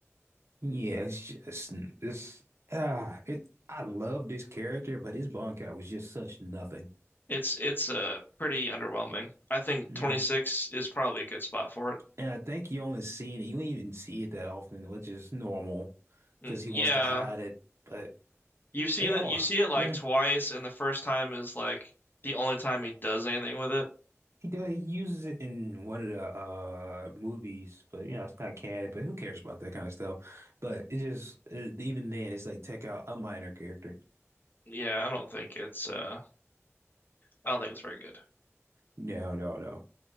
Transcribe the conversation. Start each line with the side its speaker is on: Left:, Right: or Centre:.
Right: Yeah, it's just this ah it I love this character, but his Bonkai was just such nothing.
Left: It's it's uh pretty underwhelming. I think
Right: hmm
Left: 26 is probably a good spot for it.
Right: And I think you only see it, you don't even see it that often, which is normal
Left: Mm,
Right: because he
Left: Yeah,
Right: wants to hide it. But
Left: you've seen
Right: they
Left: it
Right: all,
Left: you see it like
Right: yeah,
Left: twice and the first time is like the only time he does anything with it.
Right: he does. He uses it in one of the uh movies, but you know it's not canon. But who cares about that kind of stuff? But it just it, even then, it's like take out a minor character.
Left: Yeah, I don't think it's uh I don't think it's very good.
Right: No, no, no.